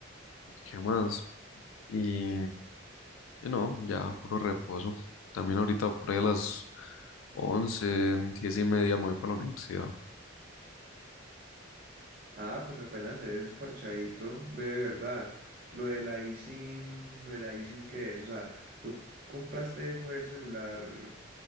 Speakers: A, on the left; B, on the right.
A: ¿Qué más? Y... y no, ya, puro reposo. También ahorita por ahí a las once 10 y media me voy para la universidad.
B: Ah, pues apenas es parchadito, ve, de verdad. Lo de la eSIM, lo de la eSIM, que es? O sea, ¿tú compraste fue el celular